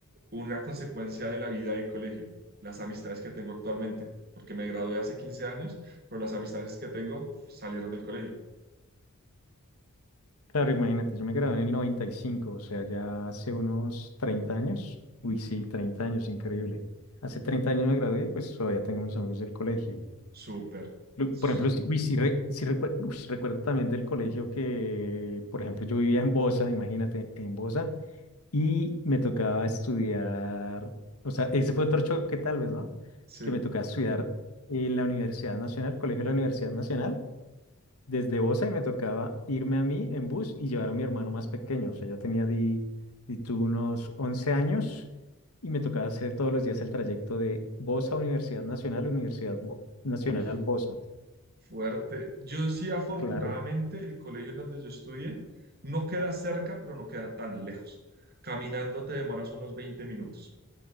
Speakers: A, on the right; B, on the left.
A: una consecuencia de la vida de colegio, las amistades que tengo actualmente, porque me gradué hace 15 años, pero las amistades que tengo salieron del colegio.
B: Claro, imagínate, yo me gradué en el 95, o sea, ya hace unos 30 años. Uy,
A: Ujú.
B: sí, 30 años, increíble. Hace 30 años me gradué, pues todavía tengo mis amigos del colegio.
A: Súper.
B: Lo-
A: S-
B: Por ejemplo, sí- uy, sí, re- sí recuer- uy, sí recuerdo también del colegio que, por ejemplo, yo vivía en Bosa, imagínate, en Bosa, y me tocaba estudiar, o sea, ese fue otro choque tal vez, ¿no?
A: Sí.
B: Que me tocaba estudiar en la Universidad Nacional, Colegio de la Universidad Nacional desde Bosa y me tocaba irme a mí en bus y llevar a mi hermano más pequeño. O sea, yo tenía di, di tú unos once años y me tocaba hacer todos los días el trayecto de Bosa, Universidad Nacional, Universidad Bo- Nacional
A: Uy.
B: Bosa.
A: Fuerte. Yo sí, afortunadamente,
B: Claro,
A: el colegio en donde yo estudié no queda cerca, pero no queda tan lejos. Caminando te demoras unos 20 minutos.